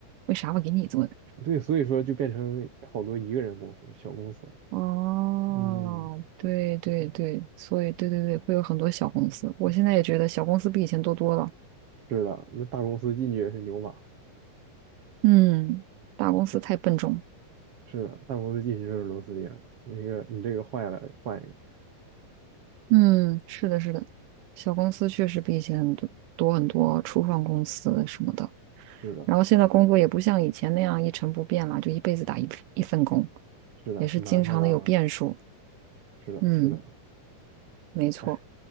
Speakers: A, on the right; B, on the right.
A: 为啥我给你做呢？
B: 对，所以说就变成好多一个人公司、小公司。
A: 哦，
B: 嗯，
A: 对对对，所以对对对，会有很多小公司。我现在也觉得小公司比以前多多了。
B: 是的，那大公司进去也是牛马，
A: 嗯，大公司太笨重了
B: 小是的，大公司进去就是螺丝钉儿。那个你这个坏了，换一个。
A: 嗯，是的，是的，小公司确实比以前很多多很多，初创公司什么的。
B: 是的，
A: 然后现在工作也不像以前那样一成不变了，就一辈子打一一份工，
B: 是的，
A: 也是经常的有变数。
B: 很难的啦。是的，
A: 嗯，
B: 是的，
A: 没错，
B: 哎，